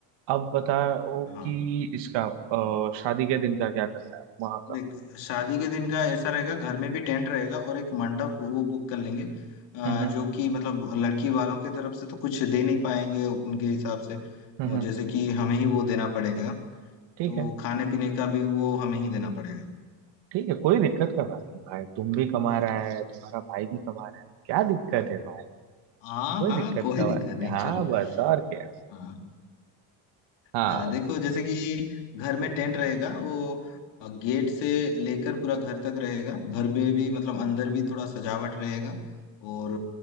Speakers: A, on the right; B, on the left.
A: अब बताओ
B: हाँ
A: कि इसका अ, शादी के दिन का क्या करना है वहाँ का
B: देख शादी के दिन का ऐसा रहेगा घर में भी टेंट रहेगा और एक मंडप वो बुक कर लेंगे अ,
A: हम्म
B: जो कि मतलब लड़की वालों की तरफ से तो कुछ दे नहीं पाएंगे उनके हिसाब से
A: हम्म
B: वो
A: हम्म।
B: जैसे कि हमें ही वो देना पड़ेगा
A: ठीक
B: तो
A: है
B: खाने पीने का भी वो हमें ही देना पड़ेगा
A: ठीक है कोई दिक्कत का बात नहीं भाई तुम भी कमा रहा है तुम्हारा भाई भी कमा रहा है तो क्या दिक्कत है भाई
B: हाँ
A: कोई
B: हाँ
A: दिक्कत
B: कोई
A: का
B: दिक्कत
A: बात
B: नहीं
A: नहीं हाँ
B: चलो
A: बस और क्या
B: हाँ
A: हाँ
B: हाँ देखो जैसे कि घर में टेंट रहेगा वो गेट से लेकर पूरा घर तक रहेगा घर पे भी मतलब अंदर भी थोड़ा सजावट रहेगा और